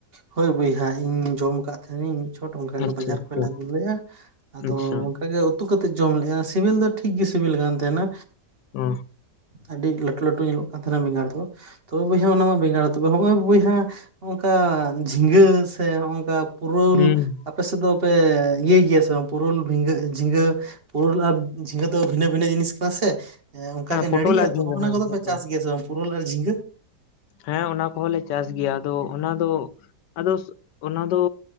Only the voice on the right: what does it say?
ᱦᱳᱭ ᱵᱚᱭᱦᱟ ᱤᱧ ᱡᱚᱢ ᱟᱠᱟᱫ ᱛᱟᱦᱮᱱ ᱤᱧ ᱾ ᱪᱷᱚᱴ ᱚᱱᱠᱟ ᱜᱮ
ᱵᱟᱡᱟᱨ ᱠᱷᱚᱡ
ᱞᱮ ᱟᱹᱜᱩ ᱞᱮᱜᱼᱟ ᱟᱫᱚ
ᱚᱱᱠᱟ ᱜᱮ ᱩᱛᱩ ᱠᱟᱛᱮᱫ ᱡᱚᱢ ᱞᱮᱫᱼᱟ ᱾ ᱥᱤᱵᱤᱞ ᱫᱚ ᱴᱷᱤᱠ ᱜᱮ ᱥᱤᱵᱤᱞ ᱠᱟᱱ ᱛᱟᱦᱮᱱᱟ,
ᱟᱹᱰᱤ ᱞᱟᱹᱴᱩ ᱞᱟᱹᱴᱩ ᱧᱮᱞᱚᱜ ᱠᱟᱱ ᱛᱟᱦᱮᱱᱟ ᱵᱮᱸᱜᱟᱲ ᱫᱚ ᱾ ᱛᱚᱵᱮ ᱵᱚᱭᱦᱟ ᱚᱱᱟ ᱢᱟ ᱵᱮᱸᱜᱟᱲ ᱛᱚᱵᱮ ᱦᱚᱸᱜ-ᱚᱭ ᱵᱚᱭᱦᱟ ᱦᱚᱜ-ᱚᱝᱠᱟ ᱡᱷᱤᱸᱜᱟᱹ ᱥᱮ ᱱᱚᱜᱼᱚᱝᱠᱟ ᱯᱩᱨᱟᱹᱞ
ᱟᱯᱮ ᱥᱮᱫ ᱫᱚ ᱯᱮ ᱤᱭᱟᱹᱭ ᱜᱮᱭᱟ ᱥᱮ ᱵᱟᱝ ᱯᱩᱨᱚᱞ ᱡᱷᱤᱸᱜᱟᱹ ᱡᱷᱤᱸᱜᱟᱹ ᱯᱩᱨᱚᱞ ᱟᱨ ᱡᱷᱤᱸᱜᱟᱹ ᱫᱚ ᱵᱷᱤᱱᱟᱹ ᱵᱷᱤᱱᱟᱹ ᱡᱤᱱᱤᱥ ᱠᱟᱱᱟ ᱥᱮ ᱦᱮᱸ ᱚᱱᱠᱟ ᱜᱮ
ᱱᱟᱲᱤᱜᱼᱟ
ᱛᱚ
ᱚᱱᱟ
ᱠᱚᱫᱚ ᱯᱮ
ᱪᱟᱥ ᱜᱮᱭᱟ ᱥᱮ ᱵᱟᱝ ᱯᱩᱨᱟᱹᱞ, ᱟᱨ ᱡᱷᱤᱸᱜᱟᱹ,